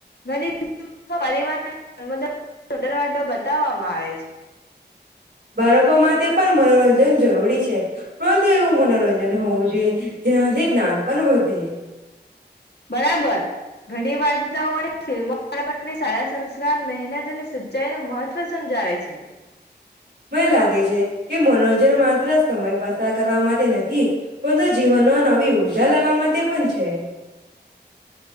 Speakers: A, on the left; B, on the right.
A: ઘની <inaudible> પરિવાર <inaudible> બતાવા માં આવે છ.
B: બાળકો માટે પણ મનોરંજન જરૂરી છે. પણ તે એવું મનોરંજન હોવું જોએ જેનાથી જ્ઞાન પણ વધે.
A: બરાબર ઘણી વાર્તાઓ અને ફિલ્મો પણ આપણને સારા સંસ્કાર, મહેનત અને સચ્ચાઈ નો મહત્વ સમજાવે છે.
B: મને લાગે છે કે, મનોરંજન માત્ર સમય પસાર કરવામા તે નથી પરંતુ જીવનમાં નવી ઉર્જા લાવા માટે પન છે.